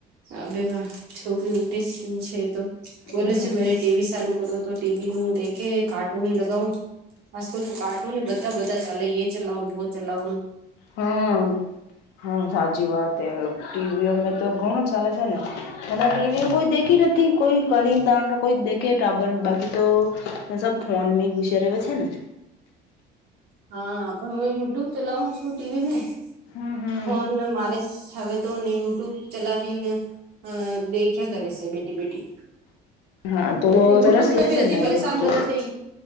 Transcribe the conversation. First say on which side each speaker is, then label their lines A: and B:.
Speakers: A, on the right; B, on the left.
A: હા બેવા છોકરી ઉઠી જ છે તો બોલે
B: હમ
A: છે મારે ટીવી ચાલુ કરો તો ટીવી નું દે કે કાર્ટૂન લગાઓ. બિલકુલ તો કાર્ટુ એ બધા બધા ચાલે એ ચલાવો વો ચલાવ.
B: હમ હા સાચી વાત હે ટીવીઓ મેં તો ઘણો ચાલે છે ને હણા ટીવી કોઈ દેખી નથી કોઈ કણી દા કોઈ દે ટાબર બાકી તો સબ ફોન ઘુસેરે વે છે ને
A: હા પણ યુટ્યુબથી ચલાઉ છું ટીવી નઈ
B: હા હા.
A: ફોન મારે હવે તો નને યુટ્યુબ ચલાવીને હ દેખ્યા કરે છે બેટી બેટી.
B: હા તો
A: યુટ્યુબ
B: સરસ લાગે
A: ને બી
B: છે
A: અતિ પરેશાન
B: એ તો.
A: કરે છે.